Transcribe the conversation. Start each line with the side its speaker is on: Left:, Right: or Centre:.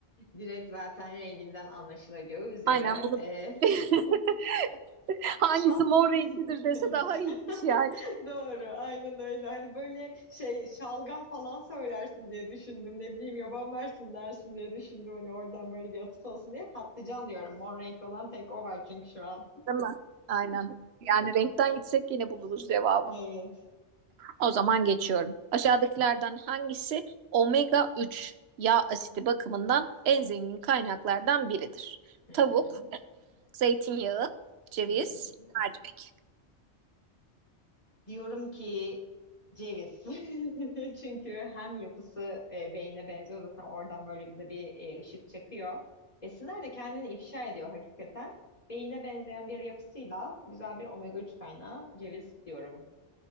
Left: Direkt zaten renginden anlaşılacağı üzere
Right: Aynen bunu
Left: e,
Right: <laughs>
Left: <laughs>
Right: hangisi
Left: Pat.
Right: mor
Left: <laughs>
Right: renklidir dese
Left: Evet.
Right: daha iyiymiş yani.
Left: <laughs> Doğru. Aynen öyle. Hani böyle şey şalgam falan söylersin diye düşündüm. Ne bileyim yaban versin dersin diye düşündüm. Hani oradan böyle bir atıf olsun diye patlıcan diyorum. Mor renkli olan tek o var çünkü şu an.
Right: Değil mi? Aynen. Yani renkten gitsek yine buluruz cevabı.
Left: <laughs> Evet.
Right: O zaman geçiyorum. Aşağıdakilerden hangisi omega 3 yağ asidi bakımından en zengin kaynaklardan biridir?
Left: Hı
Right: Tavuk,
Left: hı,
Right: zeytinyağı, ceviz,
Left: hı hı.
Right: mercimek.
Left: Diyorum ki ceviz. <laughs> Çünkü hem yapısı e, beyne benziyor zaten oradan böyle bize bir e, ışık çakıyor. Besinler de kendini ifşa ediyor hakikaten. Beyine benzeyen bir yapısıyla güzel bir omega 3 kaynağı ceviz diyorum.